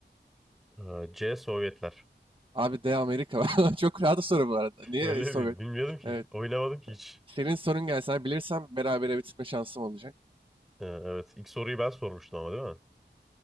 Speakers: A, in the centre; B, on the right.
A: Ee, C. Sovyetler.
B: Abi D. Amerika. <laughs> Çok rahat soru bu arada. Niye
A: Öyle
B: Sovyet?
A: miydi? Bilmiyordum ki.
B: Evet.
A: Oynamadım ki hiç.
B: Senin sorun gelsen bilirsem berabere bitirme şansım olacak.
A: Ha, evet. İlk soruyu ben sormuştum ama değil mi?